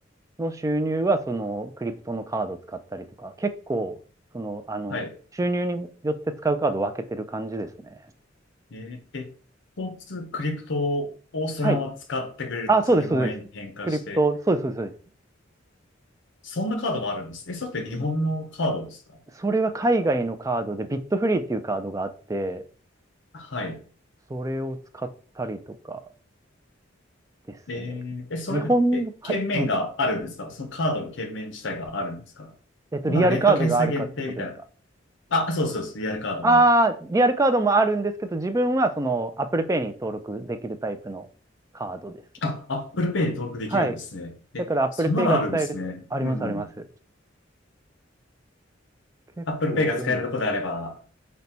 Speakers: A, on the right (about 15°); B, on the left (about 65°).
A: の収入はそのクリプトのカードを使ったりとか、結構、その、あの、
B: はい。
A: 収入によって使うカードを分けてる感じですね。
B: えー、え、スポーツクリプトをそのまま使ってくれると、
A: はい。あ、
B: その日本円に変換して、
A: そうです、そうです。クリプト、そうです、そうです、そうです。
B: そんなカードがあるんです。え、それって日本のカードですか
A: それは海外のカードで、ビットフリーっていうカードがあって、
B: はい。
A: それを使ったりとかですね。
B: えーえ、それって、
A: 日本の、
B: え券面があるんですかそのカードの券面自体があるんですかなんかネット決済限定みたいな。
A: はい、ど、えっと、リアルカードがあるかってことですか
B: あ、そうそうです。リアルカードが。
A: ああー、リアルカードもあるんですけど、自分はその Apple Pay に登録できるタイプのカードですね。
B: あ、Apple Pay に登録できるんですね。
A: はい。
B: え、
A: だから Apple
B: そんなのあるんですね。
A: Pay が使えるとか、ありますあります。
B: うん。
A: 結構便利です。
B: Apple Pay が使えるとこであれば、